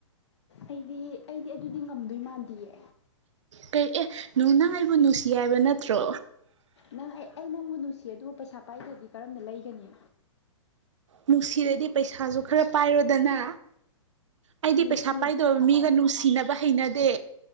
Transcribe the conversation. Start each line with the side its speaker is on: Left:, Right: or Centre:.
Left: ꯑꯩꯗꯤ ꯑꯩꯗꯤ ꯑꯗꯨꯗꯤ ꯉꯝꯗꯣꯏ ꯃꯥꯟꯗꯌꯦ
Right: ꯀꯩ ꯑꯦ ꯅꯪ ꯑꯩꯕꯨ ꯅꯨꯡꯁꯤ ꯍꯥꯏꯕ ꯅꯠꯇ꯭ꯔꯣ
Left: ꯅꯪ ꯑꯩ ꯑꯩ ꯅꯪꯕꯨ ꯅꯨꯡꯁꯤ ꯑꯗꯨꯕꯨ ꯄꯩꯁꯥ ꯄꯥꯏꯗ꯭ꯔꯗꯤ ꯀꯔꯝꯅ ꯂꯩꯒꯅꯤ
Right: ꯅꯨꯡꯁꯤꯔꯗꯤ ꯄꯩꯁꯥꯁꯨ ꯈꯔ ꯄꯥꯏꯔꯣꯗꯅ ꯑꯩꯗꯤ
Left: ꯅꯨꯡꯁꯤꯔꯗꯤ
Right: ꯄꯩꯁꯥ ꯄꯥꯏꯗꯕ
Left: ꯄꯩꯁꯥ
Right: ꯃꯤꯒ
Left: ꯄꯥꯏ
Right: ꯅꯨꯡꯁꯤꯅꯕ ꯍꯩꯅꯗꯦ